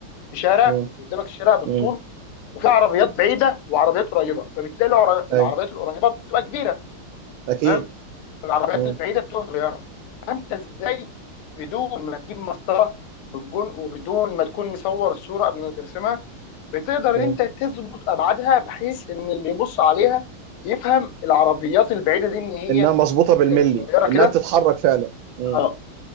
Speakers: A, on the left; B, on the right.
A: في شارع
B: مم.
A: قدامك الشارع بالطول
B: مم.
A: وفي عربيات بعيده وعربيات قريبه فبالتالي العر- العربيات
B: أيوه
A: القريبه بتبقى كبيره
B: أكيد
A: تمام العربيات
B: مم.
A: البعيده بتبقى صغيره فانت ازاي بدون ما تجيب مسطره والجون وبدون ما تكون مصور الصوره قبل ما ترسمها بتقدر ان
B: مم.
A: انت تظبط ابعادها بحيث ان اللي يبص عليها يفهم العربيات البعيده دي ان هي
B: انها مظبوطه بالملي
A: آه، قصيره كده
B: انها بتتحرك فعلا مم.
A: اه